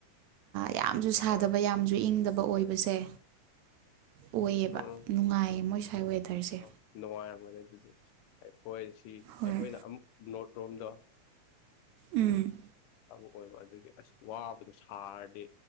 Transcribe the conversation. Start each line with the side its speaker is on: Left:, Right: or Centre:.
Right: ꯌꯥꯝꯁꯨ ꯁꯥꯗꯕ
Left: ꯑꯥ
Right: ꯌꯥꯝꯁꯨ ꯏꯪꯗꯕ ꯑꯣꯏꯕꯁꯦ ꯑꯣꯏꯌꯦꯕ
Left: ꯎꯝ
Right: ꯅꯨꯡꯉꯥꯏꯌꯦ ꯃꯣꯏ ꯁ꯭ꯋꯥꯏ ꯋꯦꯗꯔꯁꯦ
Left: ꯑꯣ ꯅꯨꯡꯉꯥꯏꯔꯝꯃꯅꯦ ꯑꯗꯨꯗꯤ ꯑꯩꯈꯣꯏꯁꯤ ꯁꯤ
Right: ꯍꯣꯏ
Left: ꯑꯩꯈꯣꯏꯅ ꯑꯃꯨꯛ ꯅꯣꯠ ꯔꯣꯝꯗꯣ
Right: ꯎꯝ
Left: ꯑꯃ ꯑꯣꯏꯕ ꯑꯗꯨꯒꯤ ꯑꯁ ꯋꯥꯕꯗꯣ ꯁꯥꯔꯗꯤ